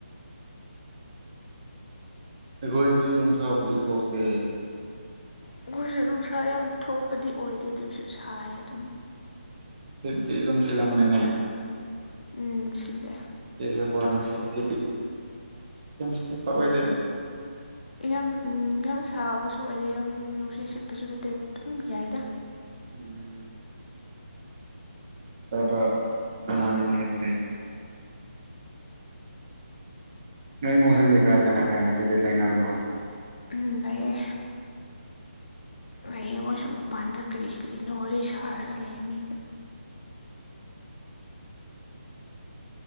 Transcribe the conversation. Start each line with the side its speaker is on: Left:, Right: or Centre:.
Right: ꯑꯩꯈꯣꯏꯗꯤ ꯅꯨꯡꯁꯥꯕꯨꯗꯤ ꯊꯣꯛꯇꯦ
Left: ꯑꯩꯈꯣꯏꯁꯨ ꯅꯨꯡꯁꯥ ꯌꯥꯝ ꯊꯣꯛꯄꯗꯤ ꯑꯣꯏꯗꯦ ꯑꯗꯨꯁꯨ ꯁꯥꯏ ꯑꯗꯨꯝ
Right: ꯅꯨꯡꯁꯤꯠꯇꯤ ꯑꯗꯨꯝ ꯆꯤꯟꯂꯝꯒꯅꯤꯅꯦ
Left: ꯎꯝ ꯁꯤꯠꯂꯦ
Right: ꯁꯤꯁꯨꯀꯣ ꯅꯨꯡꯁꯤꯠꯇꯤ ꯌꯥꯝ ꯁꯤꯠꯄ ꯑꯣꯏꯗꯦꯗ
Left: ꯌꯥꯝ ꯎꯝ ꯌꯥꯝ ꯁꯥꯕꯁꯨ ꯑꯣꯏꯗꯦ ꯌꯥꯝ ꯅꯨꯡꯁꯤꯠ ꯁꯤꯠꯄꯁꯨ ꯅꯠꯇꯦ ꯑꯗꯨꯝ ꯌꯥꯏꯗ
Right: ꯎꯝ ꯆꯥꯕꯥ ꯀꯩꯅꯣꯅꯤꯅꯦ ꯍꯥꯢꯕꯗꯤ ꯅꯣꯏ ꯃꯧꯁꯤꯡꯗꯤ ꯀꯥꯏ ꯆꯠꯅꯈ꯭ꯔꯦ ꯉꯁꯤꯗꯤ ꯂꯩꯅꯕ꯭ꯔꯣ
Left: ꯎꯝ ꯂꯩꯌꯦ ꯂꯩꯌꯦ ꯃꯣꯏꯁꯨ ꯃꯄꯥꯟꯗ ꯀꯔꯤ ꯀꯔꯤꯅꯣ ꯋꯥꯔꯤ ꯁꯥꯔꯒ ꯂꯩꯌꯦ ꯃꯤꯒꯥ